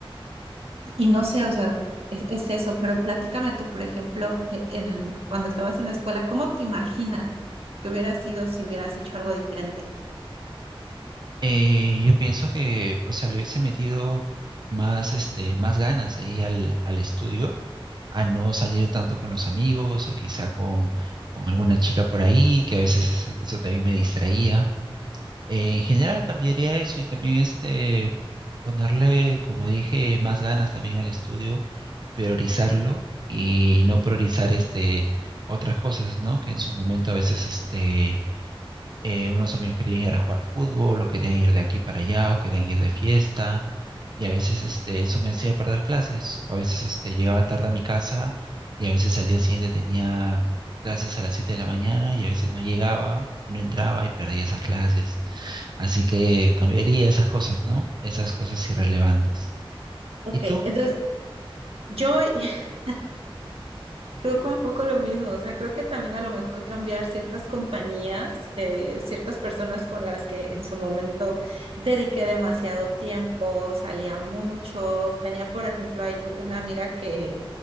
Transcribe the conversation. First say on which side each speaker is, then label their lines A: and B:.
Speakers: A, on the right; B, on the right.
A: Y no sé, o sea, es, es eso, pero platícame tú, por ejemplo, e- en, cuando estabas en la escuela, ¿cómo te imaginas que hubiera sido si hubieras hecho algo diferente?
B: Eh, yo pienso que, o sea, le hubiese metido más, este, más ganas ahí al, al estudio a no salir tanto con los amigos o quizá con, con alguna chica por ahí, que a veces es- eso también me distraía. Eh, en general cambiaría eso y también este ponerle, como dije, más ganas también al estudio, priorizarlo y no priorizar este otras cosas, ¿no? Que en su momento a veces este eh, unos amigos querían ir a jugar fútbol, o querían ir de aquí para allá, o querían ir de fiesta, y a veces este, eso me hacía perder clases, o a veces este, llegaba tarde a mi casa, y a veces al día siguiente tenía clases a las 7 de la mañana, y a veces no llegaba, y no entraba, y perdía esas clases. Así que cambiaría esas cosas, ¿no? Esas cosas irrelevantes.
A: Ok,
B: ¿Y tú?
A: entonces yo <laughs> creo que un poco lo mismo, o sea, creo que también a lo mejor cambiar ciertas compañías, eh, ciertas personas con las que en su momento dediqué demasiado tiempo, salía mucho, tenía, por ejemplo, ahí una amiga que,